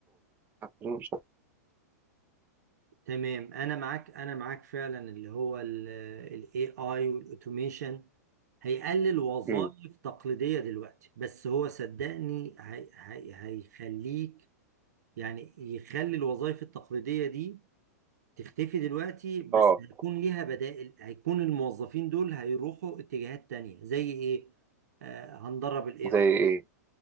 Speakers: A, on the right; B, on the right.
A: مش هت-
B: تمام انا معاك انا معاك فعلا اللي هو الاي اي والاوتوميشن هيقلل وظائف
A: مم.
B: تقليدية دلوقتي بس هو صدقني هي هي هيخليك يعني يخلي الوظائف التقليدية دي تختفي دلوقتي بس
A: اه
B: هيكون ليها بدائل هيكون الموظفين دول هيروحوا اتجاهات تانية زي ايه آه هندرب الاي
A: زي
B: اي
A: ايه